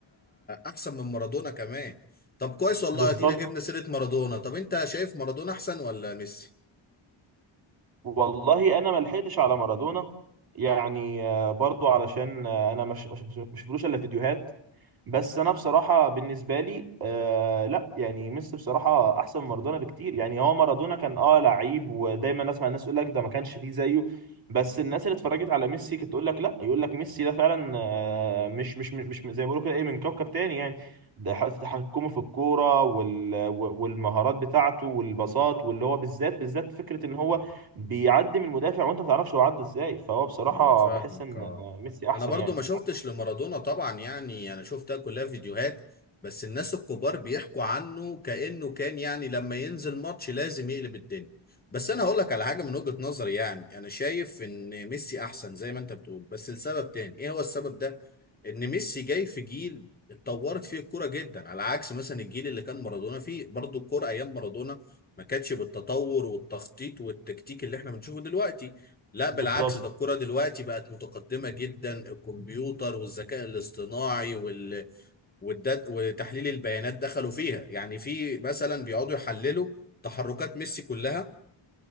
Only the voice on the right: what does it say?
بالظبط
والله أنا ما لحقتش على مارادونا يعني آه، برضو علشان آه، أنا مش مش مش مش شفتلوش إلا فيديوهات بس انا بصراحه بالنسبه لي آه لا يعني ميسي بصراحه احسن من مارادونا بكتير يعني هو مارادونا كان اه لعيب ودايما اسمع الناس يقول لك ده ما كانش فيه زيه بس الناس اللي اتفرجت على ميسي كانت تقول لك لا يقول لك ميسي ده فعلا آه مش مش مش زي ما بيقولوا كده ايه من كوكب تاني يعني ده ح- تحكمه في الكوره وال والمهارات بتاعته والباصات واللي هو بالذات بالذات فكره ان هو بيعدي من المدافع وانت ما تعرفش هو عدى ازاي فهو بصراحه
بحس ان
آه، ميسي احسن
يعني
بالظبط